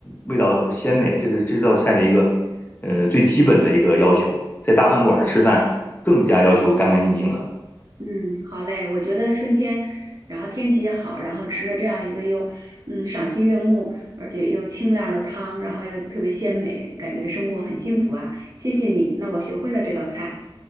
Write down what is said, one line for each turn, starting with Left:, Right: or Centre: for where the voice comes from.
Left: 味道鲜美，这就是这道菜的一个呃最基本的一个要求。在大饭馆儿吃饭更加要求干干净净了。
Right: 嗯，好嘞，我觉得春天，然后天气也好，然后吃了这样一个又嗯赏心悦目，而且又清亮的汤，然后又特别鲜美，感觉生活很幸福啊！谢谢你，那我学会了这道菜。